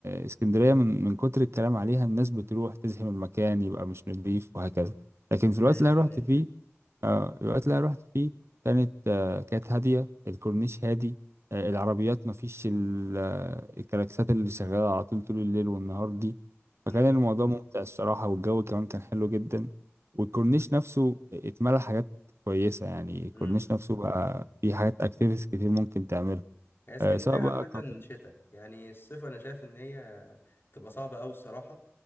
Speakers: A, on the right; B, on the left.
A: اسكندريه من من كتر الكلام عليها الناس بتروح تزحم المكان يبقى مش نظيف وهكذا لكن في الوقت
B: ايوه
A: اللي انا رحت
B: ايوه
A: فيه آه، الوقت اللي انا رحت فيه كانت آه، كانت هاديه الكورنيش هادي آه، العربيات ما فيش ال- آه، الكلاكسات اللي شغاله على طول طول الليل والنهار دي فكان
B: امم
A: الموضوع ممتع الصراحه والجو كمان كان حلو جدا والكورنيش نفسه اتملى حاجات كويسه يعني الكورنيش
B: امم
A: نفسه بقى فيه حاجات اكتيفيتيز كتير ممكن تعملها
B: هي اسكندريه
A: آه، سواء بقى
B: عامه
A: كافيه
B: شتاء يعني الصيف انا شايف ان هي تبقى صعبه قوي الصراحه